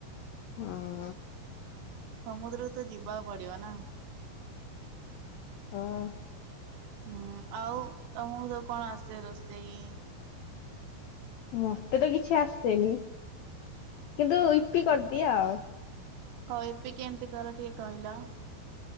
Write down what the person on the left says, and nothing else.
ହଁ ହଁ।
ହଁ।
ମତେ ତ କିଛି ଆସେନି କିନ୍ତୁ ଇପି କରିଦିଏ ଆଉ।